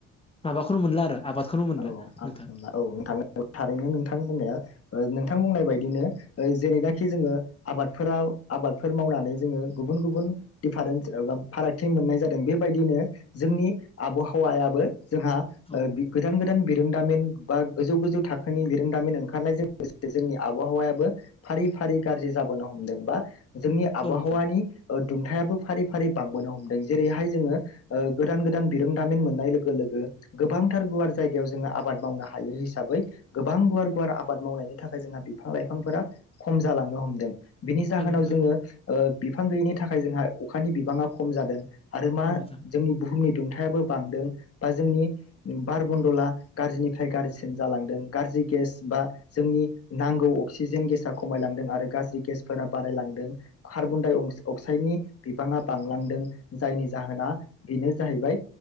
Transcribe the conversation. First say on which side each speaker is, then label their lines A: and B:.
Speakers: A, on the left (about 20°); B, on the left (about 50°).
A: माबाखौनो मोनला आरो। आबादखौनो मोनला
B: औ
A: नोंथां।
B: आबाद मावना नोंथां औ थारैनो नोंथां बुंनाया ओ नोंथां बुंनाय बायदिनो ओ जेरैनाखि जोङो आबादफोरा आबादफोर मावनानै जोङो गुबुन गुबुन दिडफारेन्ट एबा फारागथि मोननाय जादों बेबायदिनो जोंनि आबहावायाबो जोंहा
A: औ
B: ओ बि गोदान गोदान बिरोंदामिन बा गोजौ गोजौ थाखोनि बिरोंदामिन ओंखारनायजों लोगोसे जोंनि आबहावायाबो फारि फारि गाज्रि जाबोनो हमदों बा जोंनि आबहावानि
A: औ नोंथां
B: ओ दुंथायाबो फारि फारि बांबोनो हमदों जेरैहाय जोङो ओ गोदान गोदान बिरोंदामिन मोननाय लोगो लोगो गोबां थार गुवार जायगायाव जोङो आबाद मावनो हायो हिसाबै गोबां गुवार गुवार आबाद मावनायनि थाखाय जोंहा बिफां लाइफांफोरा खम जालांनो हमदों। बेनि जाहोनाव
A: औ नोंथां
B: जोङो ओ बिफां गैयिनि थाखाय जोंहा अखानि बिबाङा खम जादों। आरो मा
A: औ नोंथां
B: जोंनि बुहुमनि गुदुंथायाबो बांदों। बा जोंनि बार मन्दला गाज्रिनिफ्राय गाज्रिसिन जालांदों गाज्रि गेस बा जोंनि नांगौ अक्सिजेन गेसा खमायलांदों आरो गाज्रि गेसफोरा बारायलांदों खार्बनडाइ अं- अक्साइडनि बिबाङा बांलांदों जायनि जाहोना बेनो जाहैबाय